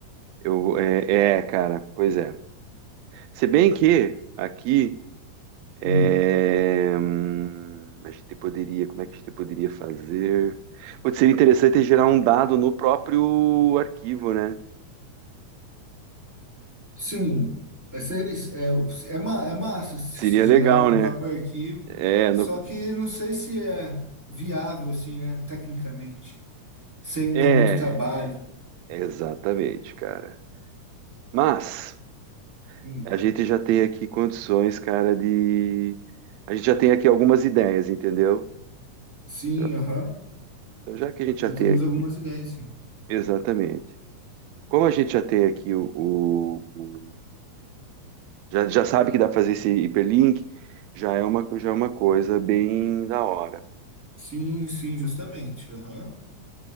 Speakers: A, on the right; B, in the centre.
A: eu é, é, cara, pois é. Se bem que aqui é,
B: Hum,
A: hum, a gente poderia, como é que a gente poderia fazer? Pode ser interessante é gerar um dado no próprio arquivo, né?
B: Sim, essa eles- é, é, ma- é massa se
A: Seria
B: se gerar
A: legal,
B: no
A: né?
B: próprio arquivo,
A: É,
B: só
A: no-
B: que não sei se é viável assim, né, tecnicamente. Sem
A: é,
B: dar muito trabalho.
A: Exatamente, cara. Mas
B: Hum.
A: a gente já tem aqui condições, cara, de. A gente já tem aqui algumas ideias, entendeu?
B: Sim,
A: Então,
B: aham.
A: então, já que a gente já
B: Já
A: tem
B: temos
A: aqui.
B: algumas ideias, sim.
A: Exatamente. Como a gente já tem aqui o, o- o- já, já sabe que dá para fazer esse hiperlink, já é uma, já é uma coisa bem da hora.
B: Sim, sim, justamente. Aham.